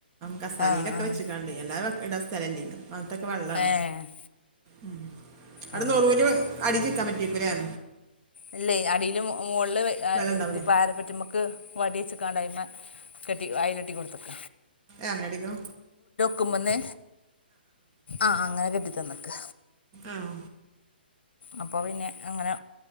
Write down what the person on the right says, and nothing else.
കസാലിയിലൊക്കെ
വെച്ചക്കാണ്ട് എല്ലാരും ഇട സ്ഥലംല്ലേും അങ്ങനത്തൊക്കെ വെള്ളാണ്
ഉ അവിടുന്നറൂൽ
അടിചൽ വക്കാൻ പറ്റി <unintelligible>
വെള്ളം ഉണ്ടാവൂലേ
എനടിക്കോ
ആഹ്